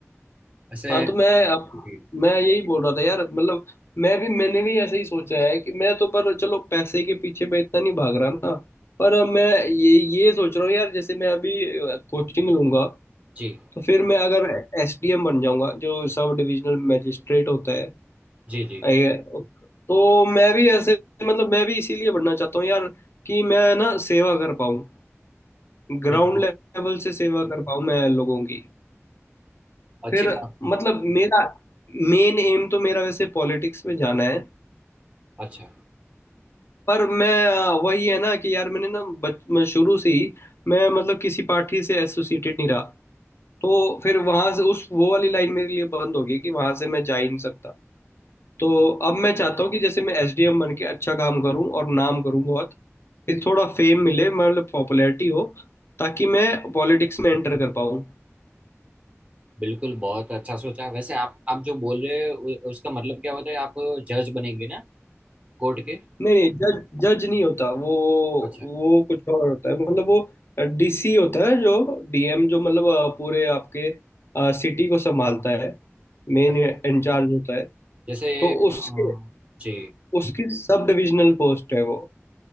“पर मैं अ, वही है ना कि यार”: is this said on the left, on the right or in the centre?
Left